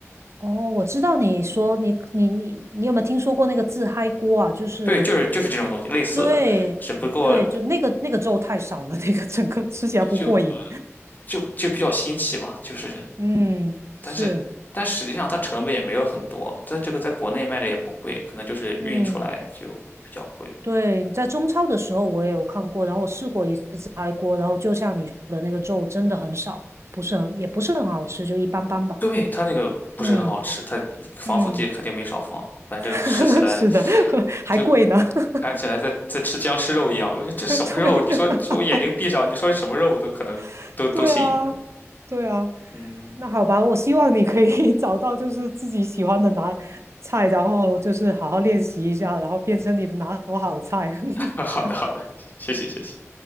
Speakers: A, on the right; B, on the left.
A: 哦，我知道你说你你你你有没有听说过那个自嗨锅啊？就是
B: 对，就是就是这种东西类似的，
A: 对对，
B: 只不过
A: 就那个那个粥太少了，<laughs> 那个整个吃起来不过瘾。
B: 就就就比较新奇嘛，就是
A: 嗯，是，
B: 但是。但实际上，它成本也没有很多，在这个在国内卖的也不贵，可能就是运出来就比较贵。
A: 嗯，对，在中超的时候我也有看过，然后我试过一次自嗨锅，然后就像你说的那个肉真的很少，不是很也不是很好吃，就一般般吧。
B: 对，它那个不是很好吃，
A: 嗯
B: 它防腐剂肯定没少放，
A: 嗯，
B: 反正吃起来
A: <laughs> 是的，<laughs> 还贵呢。
B: 就
A: <laughs>
B: 看起来在在吃僵尸肉一样。我说这什么肉？
A: 对
B: 你说说我眼睛闭上，你说是什么肉，我都可能都都信。
A: <laughs>，对啊，对啊。
B: 嗯，
A: 那好吧，我希望你可以 <laughs> 找到就是自己喜欢的拿菜，然后就是好好练习一下，然后变成你的拿手好菜。<laughs>
B: <laughs> 好的好的，谢谢谢谢，